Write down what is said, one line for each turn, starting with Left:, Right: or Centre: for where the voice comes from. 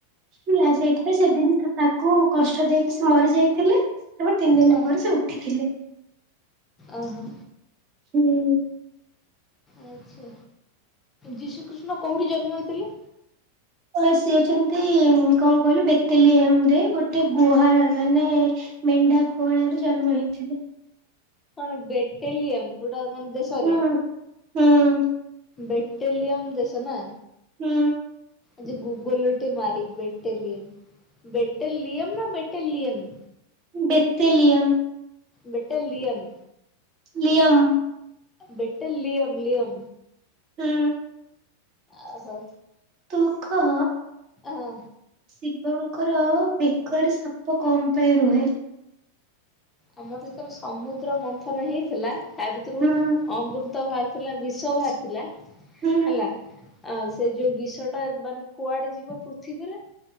Right: ହେଲା ସେଇଥିପାଇଁ ସେଦିନ ତାକୁ କଷ୍ଟ ଦେଇକି ସେ ମରି ଯାଇଥିଲେ। ତାପରେ ତିନି ଦିନ
Left: ଓ
Right: ପରେ ସେ ଉଠିଥିଲେ।
Left: ଓହୋ।
Right: ହୁଁ।
Left: ଆଚ୍ଛା ଯୀଶୁ କୃଷ୍ଣ କୋଉଠି ଜନ୍ମ ହୋଇଥିଲେ?
Right: ହ ସିଏ ଯେମିନ୍ତି କଣ କହିଲୁ ବେତଲିଏମରେ ଗୋଟେ ଗୁହାଳ ମାନେ ମେଣ୍ଢା ଗୁଆଳରୁ ଜନ୍ମ ହେଇଥିଲେ।
Left: କଣ ବେଟେଲିୟମ ଗୋଡ ମାନେ ଦେଶରେ।
Right: ହୁଁ ହୁଁ
Left: ବେଟେଲିୟମ ଦେଶ ନା।
Right: ହୁଁ।
Left: ଯେ ଗୁଗଲରେ ଟିକେ ମାରିବି ବେଟେଲିୟମ୍ ବେଟେଲିୟମ୍ ନା ବେଟେଲିୟନ।
Right: ବେଟେଲିୟମ୍।
Left: ବେଟେଲିୟନ୍।
Right: ଲିୟମ୍।
Left: ବେଟେଲିୟମ ଲିୟମ।
Right: ହୁଁ।
Left: ଆ ହୋ।
Right: ତୁ କହ।
Left: ହଁ
Right: ଶିବଙ୍କର ବେକରେ ସାପ କଣ ପାଇଁ ରୁହେ?
Left: ଆମର ଯେତବେଳେ ସମୁଦ୍ର ମନ୍ଥନ ହେଇଥିଲା ତା ଭିତରୁ
Right: ହୁଁ
Left: ଅମୃ ତ ବାହାରିଥିଲା ବିଷ ବାହାରିଥିଲା ହେଲା।
Right: ହୁଁ
Left: ଆ ସେଇ ଯୋଉ ବିଷଟା ମାନେ କୁଆଡେ ଯିବ ପୃଥିବୀରେ।